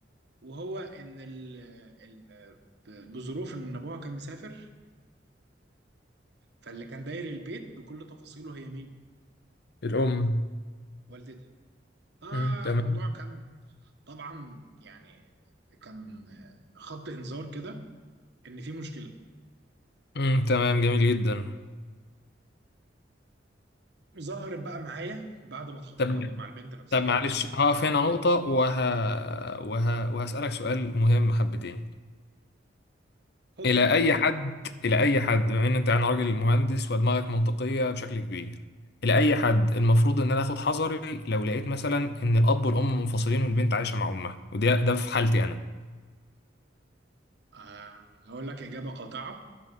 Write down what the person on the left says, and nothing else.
الام
مم. تمام
مم. تمام جميل جدا
طب
طب معلش هقف هنا نقطة وه... وه... وهسألك سؤال مهم حبتين
إلى أي حد إلى أي حد بما إن أنت يعني راجل مهندس ودماغك منطقية بشكل كبير إلى أي حد المفروض إن أنا آخد حذري لو لقيت مثلا إن الأب والأم منفصلين والبنت عايشة مع أمها وده ده في حالتي أنا